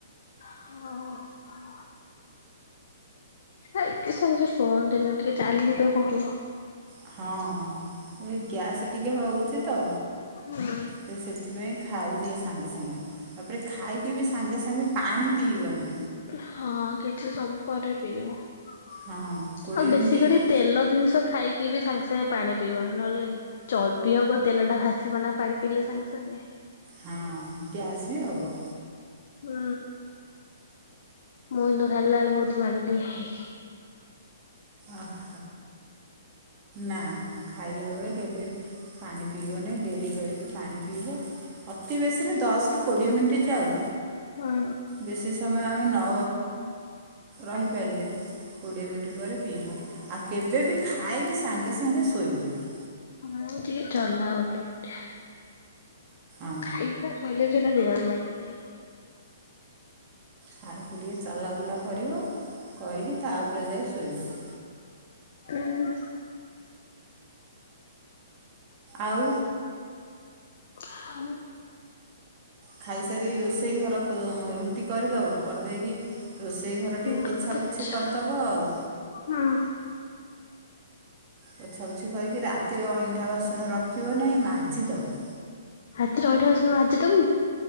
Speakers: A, on the left; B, on the right.
A: ହ ଓ ଆ କିସ ଶୁଅନ୍ତିିନ ଟିକେ ଚାଲିଲେ ଭଲ।
B: ହଁ ଏ ଗ୍ୟାସ୍ ଟିକେ ହଉଛି ତ
A: ହୁଁ
B: ହେଲେ ସେଥିପାଇଁ ଖାଉନି ସାଙ୍ଗେ ସାଙ୍ଗେ ତାପରେ ଖାଇକି ବି ସାଙ୍ଗେ ସାଙ୍ଗେ ପାଣି ପିଇବନି।
A: ହଁ କିଛି ସମୟ ପରେ ପିଇବୁ। ଆଉ
B: ହଁ କୋଡ଼ିଏ
A: ବେଶୀ
B: ମିନିଟ୍
A: କରି ତେଲ ଜିନିଷ ଖାଇକି ବି ସାଙ୍ଗେ ସାଙ୍ଗେ ପାଣି ପିଇବନି ନହେଲେ ଚର୍ବି ହବ ତେଲ ଟା ଭାସିବ ନା ପାଣି ପିଲେ ସାଙ୍ଗ ସାଙ୍ଗେ
B: ହଁ କ୍ୟାସ ବି ହବ।
A: ହୁଁ। ମୁଁ କିନ୍ତୁ ଖାଇଲାଏଳେ ବହୁତ ପାଣି ପିଏ।
B: ଅହ ନା ଖାଇଲା ବେଳେ କେବେ ପାଣି ପିଇବନି ଡେରି କରିକି ପାଣି ପିଇବ। ଅତି ବେଶୀରେ ଦଶ ରୁ କୋଡିଏ ମିନିଟ୍ ଯାଉ।
A: ହୁଁ
B: ବେଶୀ ସମୟ ଆମେ ନ ରହିପାରଲେ କୋଡ଼ିଏ ମିନିଟ୍ ପରେ ପିଇବା। ଆଉ କେବେ ବି ଖାଇକି ସାଙ୍ଗେ ସାଙ୍ଗେ ଶୋଇବନି।
A: ହୁଁ ଟିକେ ଚଲାଉନୁ ଠିଆ।
B: ଅଁ।
A: ଆଇରୀ ତ ଶୋଇଲେ ବି ସେଟା ଦେହରେ ଲାଗିଯାଏ।
B: ଖାଇକି ଟିକେ ଚାଲାବୁଲା କରିବ କରିକି ତାପରେ ଯାଇ ଶୋଇବ।
A: କୁନ।
B: ଆଉ
A: ଆଉ।
B: ଖାଇସାରି ରୋଷେଇ ଘର ପୋ ରୁଟି କରିଦବ। କରିଦେଇକି ରୋଷେଇ ଘରେ ଟିକେ
A: ଘର
B: ପୋଛାପୋଛି
A: ପୋଛା
B: କରଦବ ଆଉ।
A: ହୁଁ।
B: ପୋଛାପୋଛି କରିକି ରାତିରେ ଅଇଁଠା ବାସନ ରଖିବ ନେଇଁ ମାଜିଦବ।
A: ରାତିରେ ଅଇଁଠା ବାସନ ମାଜିଦୋବୁ?